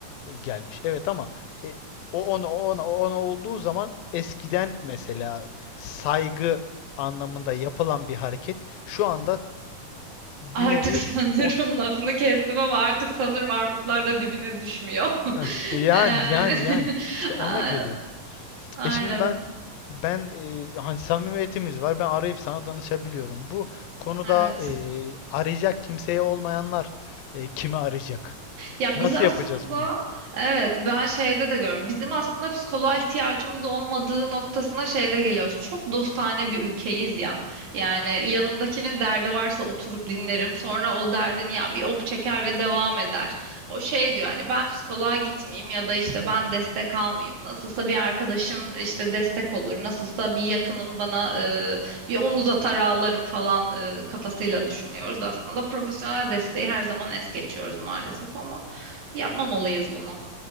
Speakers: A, on the left (about 80°); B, on the right (about 55°).
A: e, gelmiş. Evet ama e, o ona o ona o ona olduğu zaman eskiden mesela saygı anlamında yapılan bir hareket şu anda bir
B: Artık
A: nevi
B: <laughs> sanırım
A: o
B: lafını kestim ama artık sanırım armutlar da dibine düşmüyor.
A: <laughs> yani
B: Yani,
A: yani yani
B: <laughs>
A: işte ona
B: a-
A: geliyor.
B: aynen.
A: E şimdi ben ben e, hani samimiyetimiz var. Ben arayıp sana danışabiliyorum. Bu konuda
B: Evet.
A: e, arayacak kimseye olmayanlar e, kimi arayacak?
B: Ya
A: Nasıl
B: biz aslında
A: yapacağız bunu?
B: evet ben şeyde de görüyorum. Bizim aslında psikoloğa ihtiyacımız olmadığı noktasına şeyde geliyoruz. Çok dostane bir ülkeyiz ya. Yani yanımdakinin derdi varsa oturup dinlerim. Sonra o derdin ya bir oh çeker ve devam eder. O şey diyor hani ben psikoloğa gitmeyeyim ya da işte ben destek almayayım. Nasılsa bir arkadaşım işte destek olur. Nasılsa bir yakınım bana e, bir omuz atar ağlarım falan e, kafasıyla düşünüyoruz aslında. Profesyonel desteği her zaman es geçiyoruz maalesef ama. Yapmamalıyız bunu.